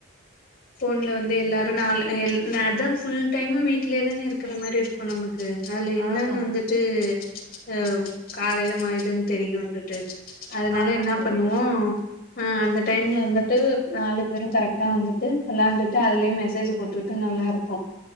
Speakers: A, on the left; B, on the right.
A: ஃபோன்ல வந்து எல்லாரு நால் எல் நா அதா ஃபுல் டைமும் வீட்ல தானே இருக்குற மாரி இருக்கு நமக் கு அதுல இன்னொன்னு
B: ஆமா ஆமா
A: வந்துட்டு அவ் காலேல மாரிதா தெரியு வந்துட் டு அதனால
B: ஆமா
A: என்னா
B: தோழி
A: பண்ணுவோ ஆ அந்த டைம்ல வந்துட்டு நாலு பேரும் கரெக்டா வந்துட்டு வெளாண்ட்டுட்டு அதுலே மெசேஜ் போட்டுக்ட்டு நல்லா இருக்கு